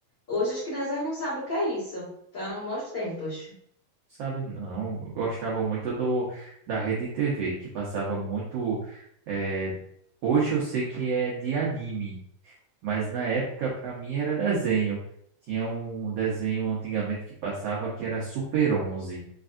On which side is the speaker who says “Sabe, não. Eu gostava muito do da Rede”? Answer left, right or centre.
Right